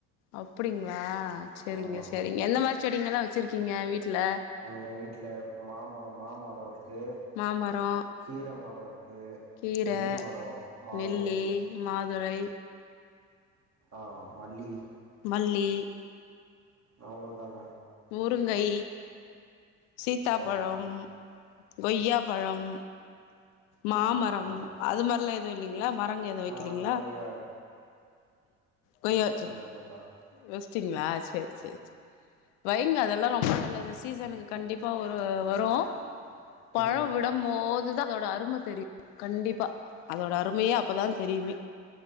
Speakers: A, on the left; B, on the right.
A: அப்டிங்ளா செரிங்க
B: ஆமா ஆமா
A: செரிங்க எந்த மாரி செடிங்கல்லா வச்சுருக்கீங்க வீட்ல
B: எங்க வீட்ல மாமா மாமரோ இருக்கு
A: மாமரோ
B: கீர மரோ இருக்கு
A: கீர
B: நெல்லி மரோ மாதுளை
A: நெல்லி மாதுளை
B: ஆ மல்லி
A: மல்லி
B: அவ்ளோ தாங்க
A: முருங்கை சீத்தாப்பழம்
B: அதாங்க
A: கொய்யாப்பழம் மாமரம்
B: ஆ
A: அது மாரிலா எது இல்லிங்களா மரங்க எது வெக்கிலீங்ளா
B: ஆ கொய்யா
A: போயாச்சா
B: எது கா
A: வஸ்ட்டிங்ளா சரி சரி வைங்க அதெல்லா ரொம்ப நல்லது சீசனுக்கு கண்டிப்பா ஒரு வரு பழோ
B: ம்
A: விடம் போதுதா அதோட அரும தெரியு கண்டிப்பா அதோட அருமையே அப்பதா தெரியுமே